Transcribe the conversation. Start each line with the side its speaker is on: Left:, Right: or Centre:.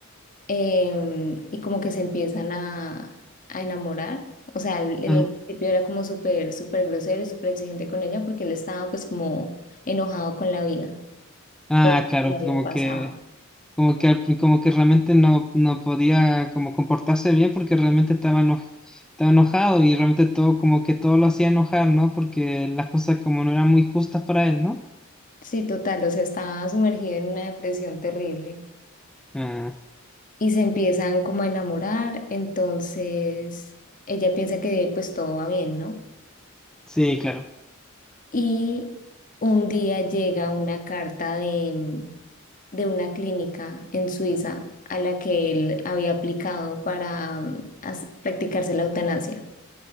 Left: em, y como que se empiezan a, a enamorar. O sea, él, él
Centre: Ah,
Left: al principio era como súper, súper grosero y súper exigente con ella porque él estaba pues como enojado con la vida
Centre: ah,
Left: por lo
Centre: claro,
Left: que le había
Centre: como
Left: pasado.
Centre: que Como que, al pri- como que realmente no, no podía como comportarse bien porque realmente estaba, eno- estaba enojado y realmente todo como que todo lo hacía enojar, ¿no? Porque las cosas como no eran muy justas para él, ¿no?
Left: Sí, total, o sea, estaba sumergido en una depresión terrible
Centre: Ah,
Left: y se empiezan como a enamorar. Entonces, ella piensa que pues todo va bien, ¿no?
Centre: sí, claro.
Left: Y un día llega una carta de, de una clínica en Suiza a la que él había aplicado para mm, as- practicarse la eutanasia.